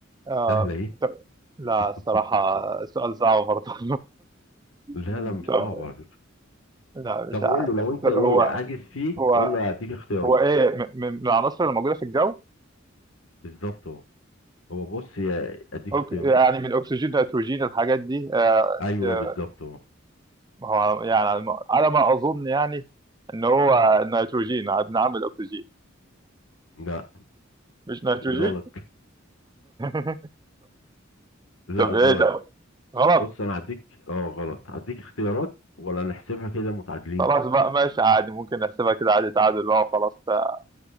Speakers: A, on the right; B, on the left.
A: آه
B: سهلة ايه
A: طب لا الصراحة
B: <laughs>
A: سؤال صعب برضه
B: لا
A: <laughs>
B: لا مش
A: طب
B: صعب على فكرة
A: لا مش
B: طب
A: عارف
B: قول له لو انت
A: طب
B: ايه
A: هو
B: عاجز فيه
A: هو
B: قول له هديك اختيارات
A: هو إيه م- م- من العناصر اللي موجودة في الجو
B: بالظبط اهو هو بص يا اديك
A: أوك-
B: اختيارات
A: يعني من الأكسجين الهيدروجين الحاجات دي آه
B: ايوه
A: آه،
B: بالظبط اهو
A: هو يعني على ما على ما أظن يعني إن هو النيتروجين بنعمل أكسجين
B: لا
A: مش نيتروجين
B: غلط
A: <laughs>
B: لا
A: طب
B: غلط
A: إيه ده غلط
B: بص انا هديك اه غلط هديك اختيارات ولا نحسبها كده متعادلين
A: خلاص بقى ماشي عادي ممكن نحسبها كده عادي تعادل بقى وخلاص آه،